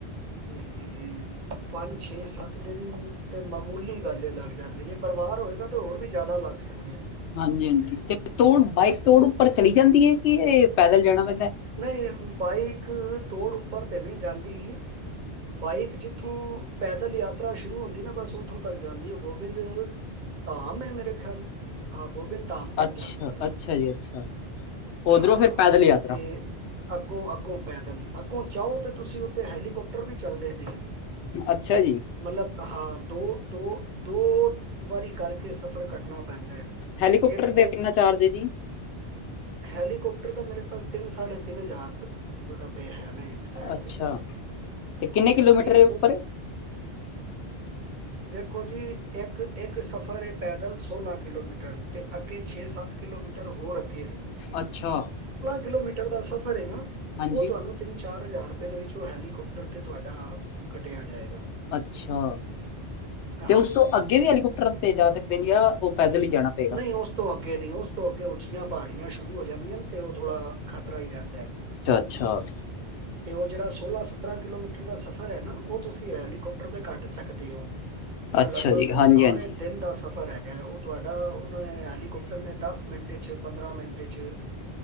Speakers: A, on the right; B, on the left.
A: ਤੇ ਪੰਜ ਛੇ ਸੱਤ ਦਿਨ ਤੇ ਮਾਮੂਲੀ ਗੱਲ ਇਹ ਲੱਗ ਜਾਣਗੇ ਜੇ ਪਰਿਵਾਰ ਹੋਏਗਾ ਤਾਂ ਹੋਰ ਵੀ ਜ਼ਿਆਦਾ ਲੱਗ ਸਕਦੇ ਨੇ
B: ਹਾਂ ਹਾਂ ਤੇ ਤੋੜ ਬਾਈਕ ਤੋੜ ਉੱਪਰ ਚਲੀ ਜਾਂਦੀ ਹੈ ਕਿ ਇਹ ਪੈੱਦਲ ਜਾਣਾ ਪੈਂਦਾ
A: ਨਹੀਂ ਬਾਈਕ ਤੋੜ ਉੱਪਰ ਤੇ ਨਹੀਂ ਜਾਂਦੀ ਬਾਈਕ ਜਿੱਥੋਂ ਪੈਦਲ ਯਾਤਰਾ ਸ਼ੁਰੂ ਹੁੰਦੀ ਨਾ ਬਸ ਉੱਥੋਂ ਤੱਕ ਜਾਂਦੀ ਹੈ ਗੋਬਿੰਦ ਧਾਮ ਹੈ ਮੇਰੇ ਖਿਆਲ ਹਾਂ ਗੋਬਿੰਦ ਧਾਮ ਤੱਕ
B: ਅੱਛਾ
A: ਜਾਂਦੀ ਹੈ
B: ਅੱਛਾ ਜੀ ਅੱਛਾ ਉਧਰੋਂ
A: ਹਾਂ
B: ਫਿਰ ਪੈਦਲ ਯਾਤਰਾ
A: ਤੇ ਅੱਗੋਂ ਅੱਗੋਂ ਪੈਦਲ ਅੱਗੋਂ ਜਾਓ ਤਾਂ ਤੁਸੀਂ ਉੱਥੇ ਹੈਲੀਕੋਪਟਰ ਵੀ ਚੱਲਦੇ ਨੇ
B: ਅੱਛਾ ਜੀ
A: ਮਤਲਬ ਹਾਂ ਦੋ ਦੋ ਦੋ ਵਾਰੀ ਕਰਕੇ ਸਫ਼ਰ ਕੱਟਣਾ ਪੈਂਦਾ ਹੈ
B: ਹੈਲੀਕਾੱਪਟਰ
A: ਇੱਕ
B: ਦਾ ਕਿੰਨਾ ਚਾਰਜ ਹੈ ਜੀ
A: ਹੈਲੀਕਾੱਪਟਰ ਦਾ ਮੇਰੇ ਖਲ ਤੇ ਤਿੰਨ ਸਾਢੇ ਤਿੰਨ ਹਜ਼ਾਰ ਰੁ ਰੁ‌‌ਪਏ ਏ ਹੈ ਨਾ ਇੱਕ ਸਾਈਡ
B: ਅੱਛਾ
A: ਦੇ
B: ਤੇ ਕਿੰਨੇ ਕਿਲੋਮੀਟਰ
A: ਤੇ
B: ਹੈ ਉੱਪਰ
A: ਵੇਖੋ ਜੀ ਇੱਕ-ਇੱਕ ਸਫ਼ਰ ਇਹ ਪੈਦਲ ਸੋਲਾਂ ਕਿਲੋਮੀਟਰ ਅਤੇ ਅੱਗੇ ਛੇ ਸੱਤ ਕਿਲੋਮੀਟਰ ਹੋਰ ਅੱਗੇ ਵੈ
B: ਅੱਛਾ
A: ਕਿਲੋਮੀਟਰ ਦਾ ਸਫ਼ਰ ਹੈ ਨਾ
B: ਹਾਂਜੀ
A: ਉਹ ਤੁਹਾਨੂੰ ਤਿੰਨ ਚ ਚਾਰ ਹਜ਼ਾਰ ਰੁਪਏ ਦੇ ਵਿੱਚ ਉਹ ਹੈਲੀਕੋਪਟਰ ਤੇ ਤੁਹਾਡਾ ਕਟਿਆ ਜਾਏ
B: ਅੱਛਾ ਤੇ
A: ਹਾਂਜੀ
B: ਉਸ ਤੋਂ ਅੱਗੇ ਵੀ ਹੈਲੀਕੋਪਟਰ ਤੇ ਜਾ ਸਕਦੇ ਨੇ ਆ ਉਹ ਪੈਦਲ ਹੀ ਜਾਣਾ ਪਏਗਾ
A: ਨਹੀਂ ਉਸ ਤੋਂ ਅੱਗੇ ਨਹੀਂ ਉਸ ਤੋਂ ਅੱਗੇ ਉੱਚੀਆਂ ਪਹਾੜੀਆਂ ਸ਼ੁਰੂ ਹੋ ਜਾਂਦੀਆਂਨ ਉਹ ਥੋੜਾ ਪਰਾ ਹੀ ਰਹਿੰਦਾ ਹੈ
B: <unintelligible>
A: ਤੇ ਉਹ ਜਿਹੜਾ ਸੋਲਾਂ ਸਤਰਾਂ ਕਿਲੋਮੀਟਰ ਦਾ ਸਫ਼ਰ ਹੈ ਨਾ ਉਹ ਤੁਸੀਂ ਹੈਲੀਕੋਪਟਰ ਤੇ ਕੱਟ ਸਕਦੇ ਹੋ ਉਹ
B: ਅੱਛਾ
A: ਲਗਭਗ
B: ਜੀ ਹਾਂਜੀ
A: ਸਾਰੇ
B: ਹਾਂਜੀ
A: ਦਿਨ ਦਾ ਸਫ਼ਰ ਸਫ਼ਰ ਹੈਗਾ ਉਹ ਤੁਹਾਡਾ ਉਹਨਾਂ ਹੈਲੀਕਾੌਪਟਰ ਨੇ ਦਸ ਮਿੰਟ 'ਚ ਪੰਦਰਾਂ ਮਿੰਟ 'ਚ